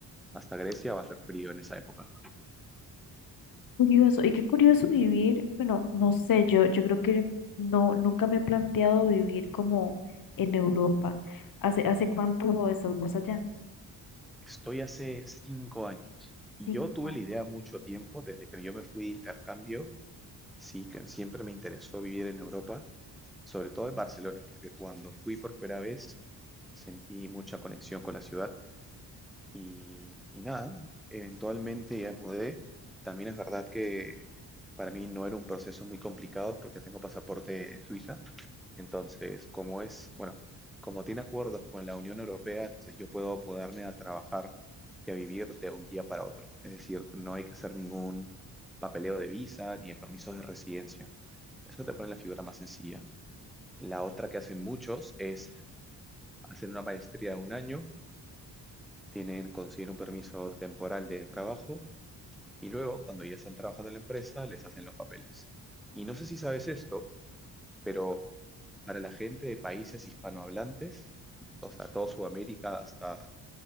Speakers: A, in the centre; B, on the left (about 50°).
A: hasta Grecia, va a ser frío en esa época.
B: Curioso, y qué curioso vivir, bueno, no sé, yo, yo creo que no, nunca me he planteado vivir como en Europa. ¿Hace, hace cuánto estás vos allá?
A: Estoy hace cinco años y
B: Cinco
A: yo tuve
B: años.
A: la idea mucho tiempo, desde que yo me fui de intercambio, sí, que siempre me interesó vivir en Europa, sobre todo en Barcelona, porque cuando fui por primera vez sentí mucha conexión con la ciudad y, y nada, eventualmente ya me mudé. También es verdad que para mí no era un proceso muy complicado porque tengo pasaporte de Suiza, entonces, como es, bueno, como tiene acuerdos con la Unión Europea, entonces yo puedo poderme a trabajar y a vivir de un día para otro. Es decir, no hay que hacer ningún papeleo de visa ni de permisos de residencia. Eso te pone la figura más sencilla. La otra que hacen muchos es hacer una maestría de un año, tienen, consiguen un permiso temporal de trabajo y luego, cuando ya están trabajando en la empresa, les hacen los papeles. Y no sé si sabes esto, pero para la gente de países hispanohablantes, o sea, toda Sudamérica hasta